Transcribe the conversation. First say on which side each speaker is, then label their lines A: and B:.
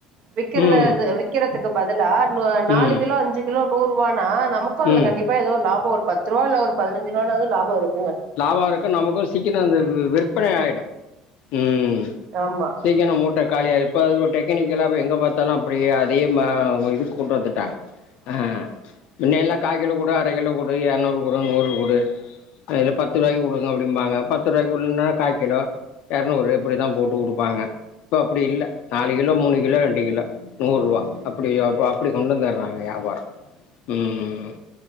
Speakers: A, on the right (about 55°); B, on the left (about 65°).
A: விக்கிறத
B: ம்.
A: த விக் விக்கிறதுக்கு பதிலா நு நாலு
B: ம்.
A: கிலோ அஞ்சு கிலோ நூறு ரரூவானா நமக்கு அதுல
B: ம்.
A: கண்டிப் பா ஏதோ ஒரு லாபம் ஒரு பத்து ரூவா இல்ல ஒரு பதினஞ்சு ரூவானாது லாபம் இருக்
B: லாபம் இருக்கு நமக்கு சீக்கினோ அந்த விற்பனை ஆயிடும் ம்
A: ஆமா
B: சீக்கினோ மூட்ட காலியாயிரு இப்ப அது ஒரு டெக்னிக்கலாவே எங்க பாத்தாலு அப்டியே அதே ம இது கொண்டு வந்துட்டாங்க
A: <inaudible>
B: ஆ முன்னெல்லா கா கிலோ குடு அர கிலோ குடு எள் நூறு குடு நூறு குடு அதுல பத்து ரூவாய்கு குடுங்க அப்டிம்பாங்க பத்து ரூவாய் உள் நின்னா கா கிலோ எரநூறு இப்டிதா போட்டு குடுப்பாங்க இப்ப அப்டி இல்ல நாலு கிலோ மூணு கிலோ ரெண்டு கிலோ நூறு ரூவா அப்டி அப் அப்டி கொண்டு வந்துடுறாங்க வியாபாரம் ம்